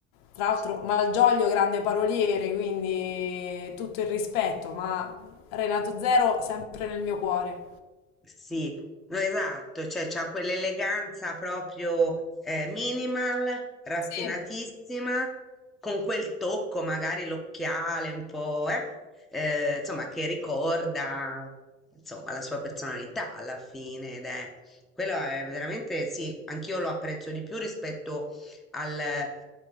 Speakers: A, on the left; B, in the centre.
A: Tra l'altro Malgioglio grande paroliere, quindi tutto il rispetto, ma Renato Zero sempre nel mio cuore.
B: Sì, no, esatto, cioè c'ha quell'eleganza proprio eh, minimal, raffinatissima,
A: Sì,
B: con quel tocco, magari l'occhiale un po', eh, eh, insomma, che ricorda, insomma, la sua personalità alla fine, ed è, quello è veramente, sì, anch'io lo apprezzo di più rispetto al,